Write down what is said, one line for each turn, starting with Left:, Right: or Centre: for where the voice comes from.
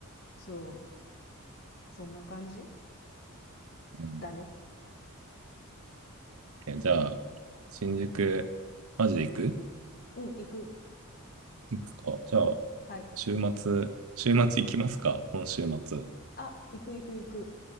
Left: そう。そんな感じ
Right: うん、
Left: だね。
Right: じゃあ、新宿、マジで行く
Left: うん、行く。
Right: 行くか。じゃあ、
Left: はい。
Right: 週末、週末行きますか、今週末。
Left: あ、行く行く行く。